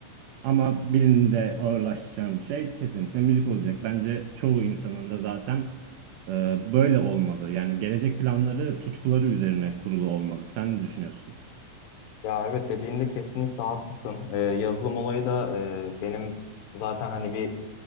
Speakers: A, on the right; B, on the left.
A: Ama birinin de ağırlaştıracağım şey kesinlikle müzik olacak. Bence çoğu insanın da zaten e, böyle olmalı. Yani gelecek planları tutkuları üzerine kurulu olmalı. Sen ne düşünüyorsun?
B: Ya evet dediğinde kesinlikle haklısın. Ee, yazılım olayı da e, benim zaten hani bir